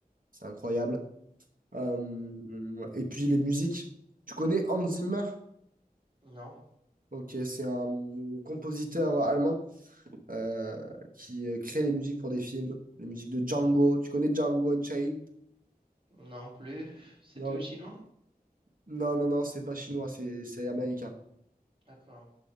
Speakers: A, on the right; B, on the right.
A: c'est incroyable. Euh, et puis les musiques. Tu connais Hans Zimmer?
B: Non.
A: Ok, c'est un compositeur allemand euh, qui euh, crée les musiques pour des films. Les musiques de Django. Tu connais Django Unchained?
B: Non plus. C'est
A: Non,
B: tout chinois?
A: non, non, non, c'est pas chinois, c'est c'est américain.
B: D'accord.